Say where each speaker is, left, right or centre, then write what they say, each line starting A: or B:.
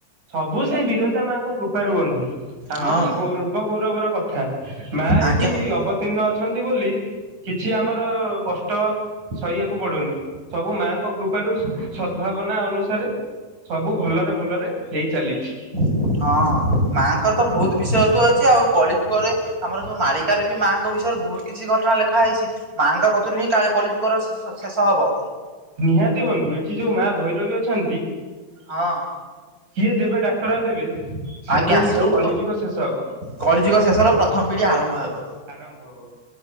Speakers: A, on the right; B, on the right.
A: ସବୁ ସେଇ ବିରଜା ମାଙ୍କ କୃପାରୁ ବନ୍ଧୁ। ଆମରି
B: ହଁ ଭାଇ
A: ଗୌର ଗର୍ବ ଗୌରବର କ ଥା ମା
B: ଆଜ୍ଞା
A: ଏଇଠି
B: ବନ୍ଧୁ
A: ଅବତୀର୍ଣ୍ଣ ଅଛନ୍ତି ବୋଲି କିଛି ଆମର ର କଷ୍ଟ ସହିବାକୁ ପଡୁନି। ସବୁ ମାଙ୍କ କୃପାରୁ ସ ସଦଭାବନା ଅନୁସାରେ ସବୁ ଭଲରେ ଭଲରେ ହେଇ ଚାଲିଛି।
B: ହଁ ମାଆଙ୍କର ତ ବହୁତ ବିଶୟତ୍ୱ ଅଛି ଆଉ କଳି ଯୁଗରେ ଆମର ଯୋଉ ମାଳିକାରେ ବି ମାଆଙ୍କ ବିଷୟରେ ବହୁତ କିଛି ଘଟଣା ଲେଖା ହେଇଚି। ମାଆଙ୍କ କତିରୁ ହିଁ କାଳେ କଳି ଯୁଗର ଶ ଶେଷ ହବ।
A: ନିହାତି ବନ୍ଧୁ ଏଠି ଯୋଉ ମା ଭୈରବୀ ଅଛନ୍ତି
B: ହଁ।
A: ସିଏ ଯେବେ ଡାକରା ଦେବେ ସେବେ
B: ଆଜ୍ଞା
A: ହଉଚି
B: ସେଇଠୁ
A: କଳିଯୁଗ
B: ତ
A: ଶେଷ ହବ।
B: କଳିଯୁଗ ଶେଷର ପ୍ରଥମ ପିଢ଼ି ଆରମ୍ଭ ହେବ।
A: ଆରମ୍ଭ ହବ